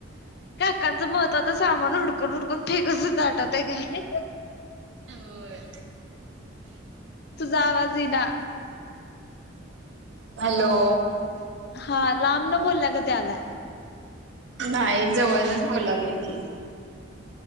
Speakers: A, on the left; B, on the right.
A: काकाच महत्वाचं सामान हुडकून हुडकून फेकत होतो आठवतंय काय.
B: होय
A: तुझा आवाज येईना.
B: हालो.
A: हा लांब न बोलल्या गत यायला.
B: नाही जवळणंच बोलावलं की.